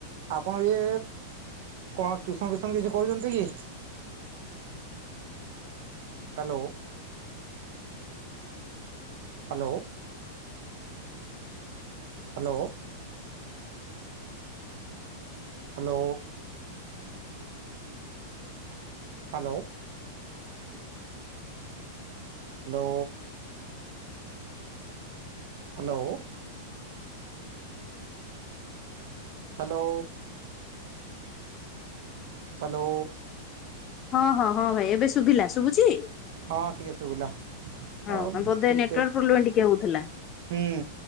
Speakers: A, on the right; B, on the left.
A: ଆପଣ ଇଏ କଣ ଟ୍ୟୁସନ ଫ୍ୟୁସନ କିଛି କରୁଛନ୍ତି କି? Hello. Hello. Hello. Hello. Hello. Hello. Hello. Hello. Hello.
B: ହଁ ହଁ ହଁ ଭାଇ। ଏବେ ଶୁଭିଲା, ଶୁଭୁଚି?
A: ହଁ ଟିକେ ଶୁଭିଲା
B: ହଁ
A: ଆଉ
B: ବୋଧେ
A: ଟିକେ
B: ନେଟୱାର୍କ ପ୍ରୋବ୍ଲେମ୍ ଟିକେ ହଉଥିଲା।
A: ହୁଁ